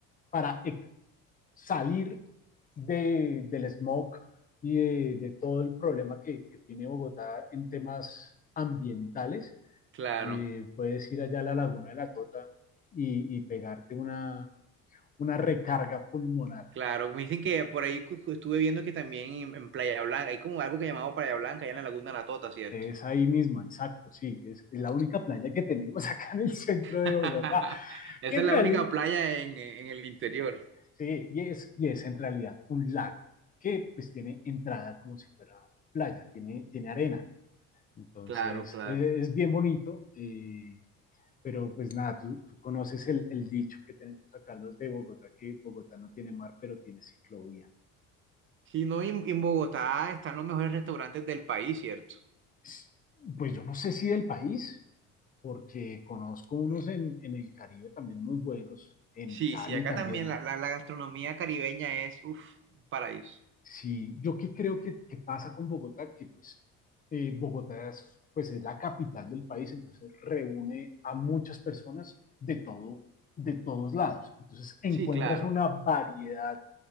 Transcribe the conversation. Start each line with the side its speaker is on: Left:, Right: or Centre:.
Left: para ex- salir de, del smog y de, de todo el problema que, que tiene Bogotá en temas ambientales.
Right: Claro,
Left: Eh, puedes ir allá a la Laguna de la Tota y, y pegarte una, una recarga pulmonar
Right: claro. Me dicen que por ahí cu- cu- estuve viendo que también en, en Playa Blanca, hay como algo que llamado Playa Blanca, allá en la Laguna de la Tota, ¿cierto?
Left: Es ahí mismo, exacto, sí, es, es la única playa que tenemos <laughs> acá en el centro de
Right: <laughs>
Left: Bogotá,
Right: Esa
Left: que en
Right: es
Left: realidad,
Right: la única playa en, en el interior.
Left: sí, y es, y es en realidad un lago, que pues tiene entrada como si fuera playa, tiene, tiene arena, entonces
Right: Claro, claro.
Left: es, es bien bonito, eh, pero pues nada, tú, tú conoces el, el, dicho que tenemos acá los de Bogotá, que Bogotá no tiene mar, pero tiene ciclovía.
Right: Si no, y en, en Bogotá están los mejores restaurantes del país, ¿cierto?
Left: Pues pues, yo no sé si del país, porque conozco unos en, en el Caribe también muy buenos, en
Right: Sí,
Left: Cali
Right: sí, acá
Left: también.
Right: también la... La, la- la gastronomía caribeña es, uff, paraíso.
Left: Sí, yo qué creo que, que pasa con Bogotá, que pues eh, Bogotá es, pues es la capital del país, entonces reúne a muchas personas de todo, de todos lados. Entonces encuentras
Right: Sí, claro.
Left: una variedad